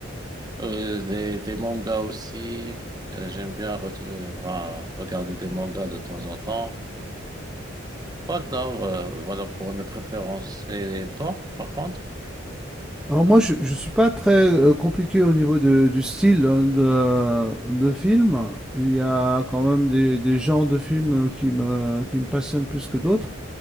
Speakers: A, on the right; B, in the centre.
A: euh, les, les mangas aussi. Euh, j'aime bien re- euh, voilà, regarder des mangas de temps en temps. Voilà, euh, voilà pour mes préférences. Et toi, par contre,
B: Alors moi, je ne suis pas très euh, compliqué au niveau de- du style euh, de, de film. Il y a quand même des, des genres de films euh, qui me, qui me passionnent plus que d'autres.